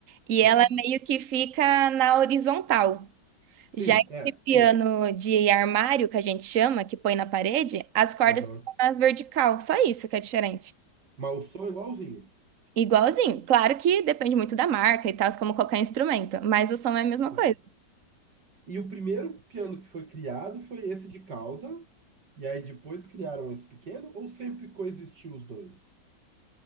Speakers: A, on the right; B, on the right.
A: E
B: certo.
A: ela meio que fica na horizontal.
B: Sim,
A: Já esse
B: é,
A: piano
B: sim.
A: de armário, que a gente chama, que põe na parede, as cordas
B: Aham.
A: ficam nas vertical. Só isso que é diferente.
B: Mas o som é igualzinho,
A: Igualzinho. Claro que depende muito da marca e tal, como qualquer instrumento, mas o som é a mesma
B: claro.
A: coisa.
B: E o primeiro piano que foi criado foi esse de cauda, e aí depois criaram esse pequeno, ou sempre coexistiu os dois?